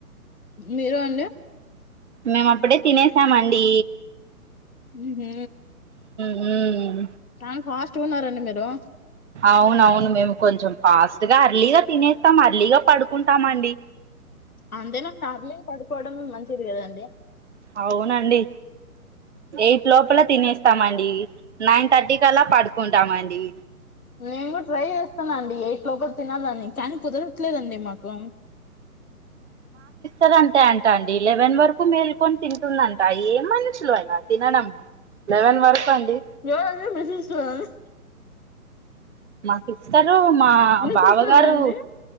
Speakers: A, on the left (about 65°); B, on the right (about 50°).
A: మీరు అండి
B: మేము అప్పుడే తినేసామండి
A: హు మ్మ్
B: హ్మ్
A: చానా ఫాస్ట్ గా ఉన్నారండి మీరు
B: అవునవును మేము కొంచెం ఫాస్ట్గా అర్లీగా తినేస్తాం అర్లీగా పడుకుంటామ అండి
A: అంతేనండి అర్లీగా పడుకోవడంమే మంచిది కదండి
B: అవునండి ఎయిట్ లోపల తినేస్తామండి నైన్ థర్టీ కల్ల పడుకుంటామండి
A: నేను కూడా ట్రై చేస్తాను అండి యైట్ లోపల తినాలనీ కానీ కుదరదు కుదరట్లేదండి మాకు
B: అదంతే అంట అండి లెవెన్ వరకు మేల్కొని తింటుందంట ఏ మనుషులు అలా తినడం లైవెన్ వరకు అండి
A: ఎవరది వేసేస్తున్నవా
B: మా సిస్టరూ మా
A: మీ
B: బావగారు
A: సిస్టరా అండి